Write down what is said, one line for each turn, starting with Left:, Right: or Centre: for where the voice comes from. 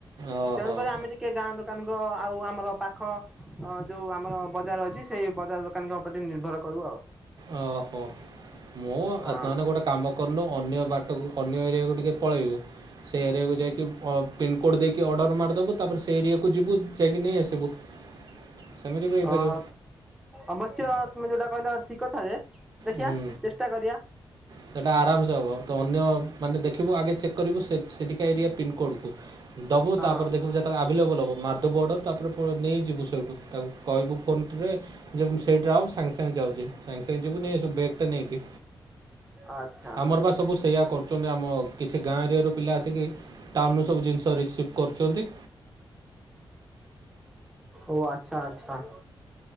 Right: ଓହୋ।
Centre: ତେଣୁକରି ଆମେ ଟିକେ ଗାଁ ଦୋକାନଙ୍କ ଆଉ ଆମର ପାଖ ଯେଉଁ ଆମର ବଜାର ଅଛି ସେଇ ବଜାର ଦୋକାନଙ୍କ ଉପରେ ନିର୍ଭର କରୁ ଆଉ।
Right: ଓହୋ ମୁଁ
Centre: ହଁ
Right: ନହେନେ ଗୋଟେ କାମ କରନୁ ଅନ୍ୟ ବାଟକୁ ଅନ୍ୟ ଏରିଆକୁ ଟିକିଏ ପଳେଇବୁ। ସେ ଏରିଆକୁ ଯାଇକି ପିିନକୋଡ ଦେଇକି ଅର୍ଡର ମାରିଦବୁ ତାପରେ ସେ ଏରିଆକୁ କୁ ଯିବୁ ଯାଇକି ନେଇ ଆସିବୁ। ସେମିତି ବି ହେଇପାରିବ
Centre: ଅ ଅବଶ୍ୟ ତମେ ଯେଉଟା କହିଲ ଠିକ କଥା ଯେ ଦେଖିବା
Right: ହୁଁ
Centre: ଚେଷ୍ଟା କରିବା।
Right: ସେଇଟା ଆରାମସେ ହେବ ତ ଅନ୍ୟ ମାନେ ଦେଖିବୁ ଆଗେ ଚେକ୍ କରିବୁ ସେ ସେଠିକା ଏରିଆ ପିନ୍କୋଡ଼୍କୁ। ଦବୁତାପରେ
Centre: ହଁ
Right: ଦେଖିବୁ ଯେତେବେଳେ ଆଭେଲେବୁଲୁ ହବ ମର୍ଦବୁ ଗୋଟେ ତପରେ ଫଳ ନେଇଯିବୁ <unintelligible> କାଇବୁ ଫୋନ ଠିରେ ଯେମତି ସେଇଠା ରହ ସାଙ୍ଗେ ସାଙ୍ଗେ ଯାଉଛି ସାଙ୍ଗେ ସାଙ୍ଗେ ଯିବୁ ନେଇଆସିବୁ ବେଗ ଟା ନେଇକି।
Centre: ଆଚ୍ଛା
Right: ଆମର ପା ସବୁ ସେଇୟା କରୁଚନ୍ତି ଆମ କିଛି ଗାଁ ଏରିଆରୁ ପିଲା ଆସିକି ଟାଉନରୁୁ ସବୁ ଜିନିଷ ତ ରିଶିଭ କରୁଚନ୍ତି।
Centre: ଓ ଆଛା ଆଛା।